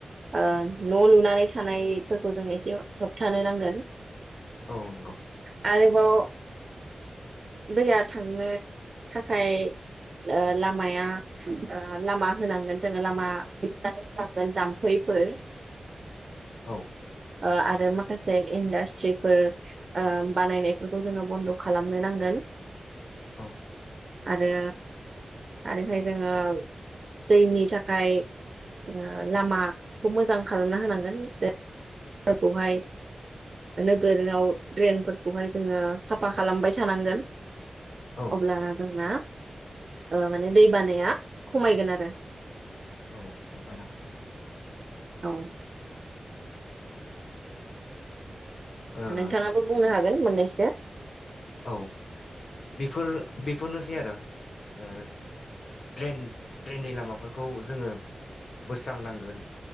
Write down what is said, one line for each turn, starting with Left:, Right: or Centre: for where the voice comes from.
Right: ओ न लुनानै थानायफोरखौ जों एसे होबथानो नांगोन
Left: औ नंगौ
Right: आरो ओ दैया थांनो थाखाय ओ लामाया ओ लामा होनांगोन जोङो लामा हेबनानै होनांगोन जाम्फैफोर
Left: औ
Right: ओ आरो माखासे इन्डास्ट्रिफोर ओ बानायनाय बेफोरखौ जोंङो बन्द खालामनो नांगोन
Left: औ
Right: आरो आरोहाय जोङो दैनि थाखाय जोंङो लामाखौ मोजां खालामना होनांगोन ज खौहाय नोगोराव ड्रेनफोरखौहाय जोंङो साफा खालामबाय थानांगोन
Left: औ
Right: अब्लाना जोंना ओ माने दै बानाया खमायगोन आरो
Left: औ दै बाना खमाय
Right: औ
Left: ओ
Right: नोंथांङाबो बुंनो हागो गोन मोननैसो
Left: औ बेफोर बेफोरनोसै आरो ओ ड्रेन ड्रेननि लामाफोरखौ जोंङो बोस्रांनांगोन